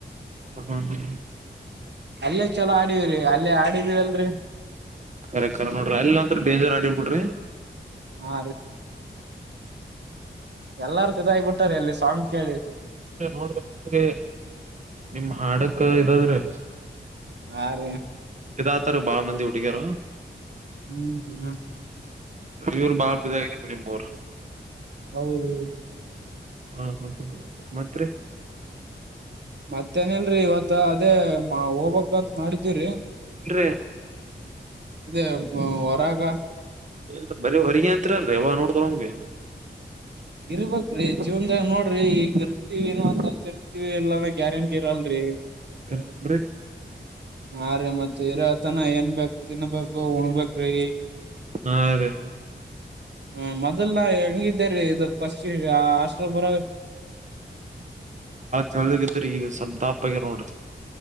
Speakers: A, on the right (about 40°); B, on the right (about 65°).
A: ಹಾ ಹಾ ಹಾ
B: ಅಲ್ಲೇ ಚಲೋ ಆಡಿವ್ರರಿ ಅಲ್ಲೇ ಆಡಿದೀವಿ ಅಲ್ರರಿ
A: ಕರೆಕ್ಟ್ ಕರೆಕ್ಟ್ ನೋಡ್ರಿ ಅಲ್ಲಿ ಒಂತ್ ಡೇಂಜರ್ ಆಡಿಡ್ಬ ಬಿಡ್ರಿ
B: ಹ ಎಲ್ಲಾರು ಸಜ ಆಗಬಿಟ್ಟಾರೆ ಅಲ್ಲಿ ಸಾಂಗ್ ಕೇಳಿ
A: ನೋಡ್ರಿ ನಿಮ್ ಹಾಡಕ್ ಇದಾದ್ರೆ
B: ಹಾ ರೀ
A: ಯತಾರೆ ಬಾಳ ಮಂದಿ ಹುಡುಗ್ಯಾರ
B: ಹ್ಮ್
A: ಅವರು ಬಾ ಇಂಪರ್
B: ಹೌದು
A: ಹಾ ಹ ಹ್ಮ ಮತ್ತೆ
B: ಮತ್ತೇನ ಇಲ್ರರಿ ಇವತ್ತ ಅದೇ ಹೋಗಬಕ್ಂತ ಮಾಡಿದವಿರರಿ
A: ಹ
B: ಅದೇ ಹೊರಾಗ
A: ಇಲ್ ಬರ ಹೊರಿತ್ಲ್ ರೇವ ನೋಡತಂಗಗೆ
B: ಇರ್ಬಕ್ ಜೀವನ್ದಾಗ ನೋಡ್ರಿ ಈಗ ಇರ್ತಿವಿಏ ಅಂತರ್ತಿವಿ ಎಲ್ಲಾನ ಗ್ಯಾರಂಟಿ ಇರಲ್ರಿ
A: ನೋಡ್ರಿ
B: ಹಾ ರೀ ಮತ್ತೆ ಇರತ್ ತನ ಏನ್ಬೇಕಕ್ ತಿನ್ಬೇಕು ಉಣಬೇಕ್ರಿ
A: ಹಾ ರೀ.
B: ಹ ಮೊದಲ್ನ ಹೆಂಗಿದ್ದೇರಿ ಇದು ಪಶ್ಚಿಮ ಆಷ್ಟ್ರಪುರ.
A: ತೆಳ್ಳಗಿದ್ರಿ ಈಗ ಸ್ವಲ್ಪ ದಪ್ಪಗಿರ್ ನೋಡ್ರಿ.